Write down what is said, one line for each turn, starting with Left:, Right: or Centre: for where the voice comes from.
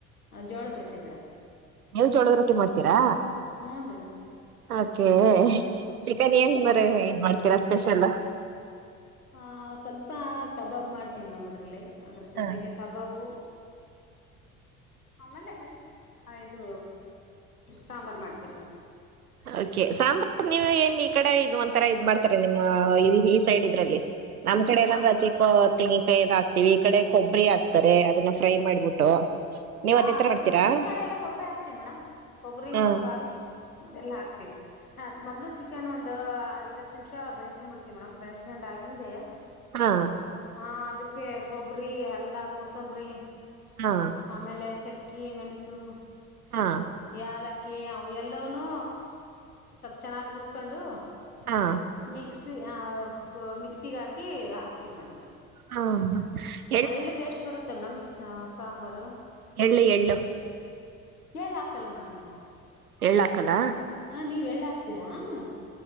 Left: ಜೋಳದ ರೊಟ್ಟಿ ಮೇಡಮ್
Right: ಎಲ್ ಜೋಳದ ರೊಟ್ಟಿ ಮಾಡ್ತೀರಾ
Left: ಹ್ಞೂ ರೀ ಮೇಡಮ್
Right: ಓಕೆ ಚಿಕನ್ ಏನ್ ಮರೆ ಏನ್ ಮಾಡ್ತೀರಾ ಸ್ಪೆಷಲ್
Left: ಆ ಸ್ವಲ್ಪ ಕಬಾಬ್ ಮಾಡ್ತೀವಿ ಮೇಡಮ್ ಅದರಲ್ಲಿ ಅದ್ರ ಜೊತೆಗೆ
Right: ಹಾ
Left: ಕಬಾಬು ಆಮೇಲೆ ಆ ಇದು ಸಾಂಬಾರ್ ಮಾಡ್ತೀವಿ ಮೇಡಂ
Right: ಓಕೆ ಸಾಂಬಾರ್ ನೀವ ಏನ್ ಈ ಕಡೆ ಇದು ಒಂತರ ಇದ್ ಮಾಡ್ತಾರೆ ನಿಮ್ಮ ಈ ಸೈಡ್ ಇದ್ರಲ್ಲಿ ನಮ್ ಕಡೆ ಎಲ್ಲಂಗ
Left: ಹಾ
Right: ಹಸಿಕೊತ್ ತೆಂಗಿನಕಾಯಿದ ಹಾಕ್ತಿವಿ ಈ ಕಡೆ ಕೊಬ್ಬರಿ ಹಾಕ್ತಾರೆ ಅದನ್ನ ಫ್ರೈ ಮಾಡ್ಬಿಟ್ಟು ನೀವ್
Left: ಹಾ
Right: ಅದೇ ತರ
Left: ನಮ್
Right: ಮಾಡ್ತೀರಾ
Left: ನಮ್ ಕಡೆ ಎಲ್ಲ ಕೊಬ್ಬರಿ ಹಾಕ್ತಿವಿ ಮೇಡಮ್ ಕೊಬ್ಬರಿ
Right: ಹ
Left: ಮಸಾಲಿ ಅದೆಲ್ಲಾ ಹಾಕ್ತಿವಿ ಮೊದ್ಲು ಚಿಕ್ಕ ಚಿಕ್ಕನ್ ಒಂದ್ ಐದ್ ಹತ್ತ್ ನಿಮಿಷ ಬೆನಸ್ಕಂಡ್ ಬಿಡ್ತಿವಿ ಮೇಡಮ್ ಬೆನಸ್ಕಂಡ್ ಆಗಿಂದೆ
Right: ಹಾ
Left: ಹಾ ಅದಕ್ಕೆ ಕೊಬ್ಬರಿ ಎಲ್ಲಾ ಕೊತಂಬರಿ
Right: ಹಾ
Left: ಆಮೇಲೆ ಚೆಕ್ಕಿ ಮೆಣಸು
Right: ಹಾ
Left: ಯಾಲಕ್ಕಿ ಅವ ಎಲ್ಲವನೂ ಸ್ವಲ್ಪ ಚೆನ್ನಾಗ್ ಹುರ್ಕೊಂಡು
Right: ಹಾ
Left: ಮಿಕ್ಸಿ ಮಿಕ್ಸಿಗೆ ಹಾಕಿ ಹಾಕ್ತಿವಿ ಮೇಡಮ್
Right: ಹ
Left: ಒಳ್ಳೆ ಟೇಸ್ಟ್ ಬರುತ್ತೆ ಮೇಡಂ ಹ ಸಾಂಬಾರು
Right: ಎಳ್ಳು ಎಳ್ಳು
Left: ಎಳ್ಳು ಆಕಲ್ಲ ಮೇಡಮ್ ನಾವು
Right: ಎಳ್ಳ ಆಕಲ್ಲ
Left: ಹಾ ನೀವ್ ಎಳ್ಳ ಹಕ್ತೀರಾ ಮೇಡಮ್